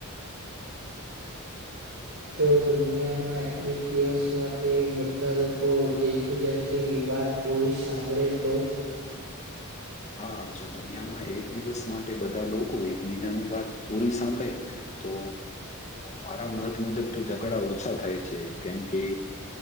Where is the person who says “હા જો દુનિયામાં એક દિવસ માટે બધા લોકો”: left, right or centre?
Left